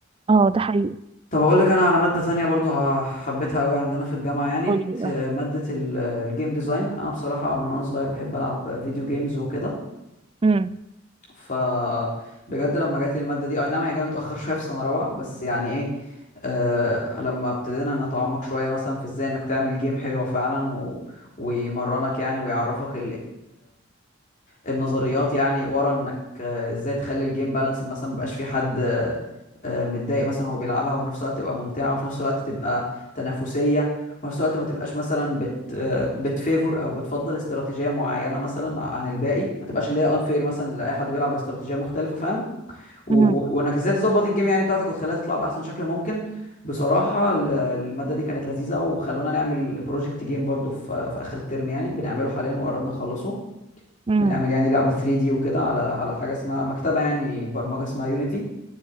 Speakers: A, on the right; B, on the left.
A: اه ده حقيقي
B: طب اقول لك انا على مادة تانية برضو ح- حبيتها قوي عندنا في الجامعة يعني
A: قولي
B: بت...
A: اه
B: مادة الجيم ديزاين انا بصراحة من وانا صغير بحب العب فيديو جيمز وكده
A: امم
B: ف بجد لما جات لي الماده دي اي نعم هي جايه متاخر شويه في سنه رابعه بس يعني ايه آه لما ابتدينا نتعمق شويه مثلا في ازاي انك تعمل جيم حلوه فعلا و... ويمرنك يعني ويعرفك النظريات يعني ورا انك آه، ازاي تخلي الجيم بالانسد مثلا مبقاش في حد آه، آه، متضايق مثلا وهو بيلعبها وفي نفس الوقت تبقى ممتعه وفي نفس الوقت تبقى تنافسيه وفي نفس الوقت ما تبقاش مثلا بت آه، بتفيفور او بتفضل استراتيجيه معينه مثلا ع- عن الباقي ما تبقاش اللي هي انفير مثلا لاي حد بيلعب باستراتيجيه مختلفه فاهم و-
A: امم
B: و- وانك ازاي تظبط الجيم يعني بتاعتك وتخليها تطلع باحسن شكل ممكن بصراحه ال- الماده دي كانت لذيذه وخلونا نعمل بروجكت جيم برضو في في اخر الترم يعني بنعمله حاليا وقربنا نخلصه
A: امم
B: بنعمل يعني لعبة 3 دي وكده على على حاجة اسمها مكتبة يعني برمجة اسمها يونيتي